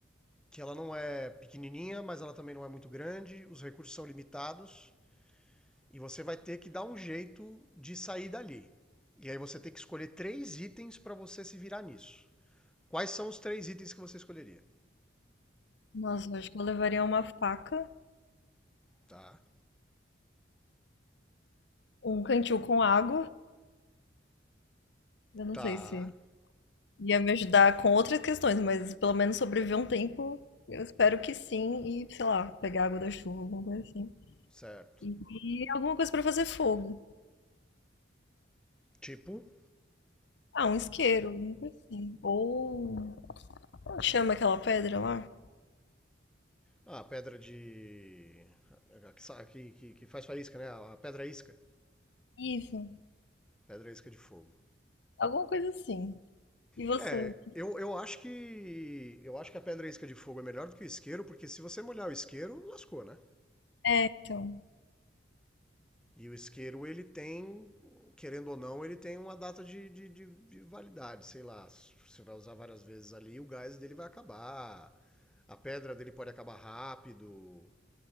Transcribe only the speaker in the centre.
que ela não é pequenininha, mas ela também não é muito grande, os recursos são limitados e você vai ter que dar um jeito de sair dali. E aí você tem que escolher três itens para você se virar nisso. Quais são os três itens que você escolheria?
Tá.
Tá.
Certo.
Tipo,
a pedra de. Que, que, que faz faísca, né? A pedra isca.
Pedra isca de fogo.
É, eu, eu acho que. Eu acho que a pedra e a isca de fogo é melhor do que o isqueiro, porque se você molhar o isqueiro, lascou, né?
E o isqueiro, ele tem, querendo ou não, ele tem uma data de, de, de- de validade, sei lá. Você vai usar várias vezes ali, o gás dele vai acabar. A pedra dele pode acabar rápido,